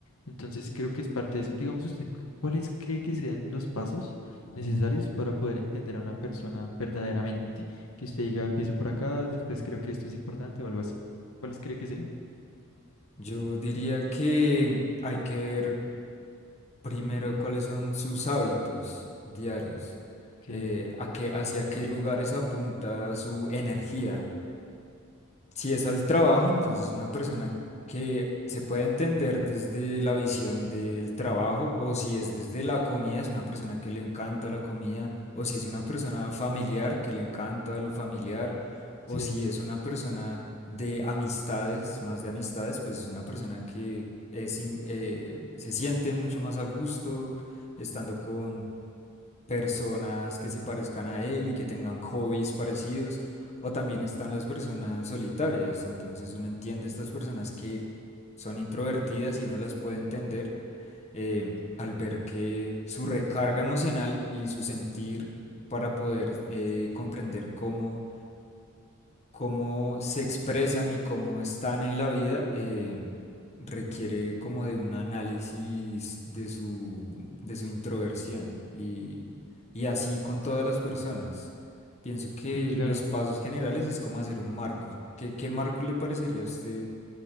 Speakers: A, on the left; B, on the left.
A: Entonces creo que es parte de eso. Digamos usted, cu- ¿cuáles cree que sean los pasos necesarios para poder entender a una persona verdaderamente? Que usted diga, empiezo por acá, después creo que esto es importante o algo así. ¿Cuáles cree que serían?
B: Yo diría que hay que ver primero cuáles son sus hábitos diarios,
A: Que
B: eh, a qué, hacia qué lugares apunta su energía, Si es al trabajo, entonces una persona que se puede entender desde la visión del trabajo, o si es desde la comida, es una persona que le encanta la comida, o si es una persona familiar que le encanta lo familiar, o
A: sí,
B: si es una persona de amistades, más de amistades, pues es una persona que es, in- eh, se siente mucho más a gusto estando con personas que se parezcan a él y que tengan hobbies parecidos, o también están las personas solitarias. Entonces uno entiende estas personas que son introvertidas y uno las puede entender eh, al ver que su recarga emocional y su sentir para poder eh, comprender cómo cómo se expresan y cómo están en la vida, eh, requiere como de un análisis de su, de su introversión y, y así con todas las personas. Pienso que
A: sí, claro.
B: los pasos generales es como hacer un marco. ¿Qué, qué marco le parecería a usted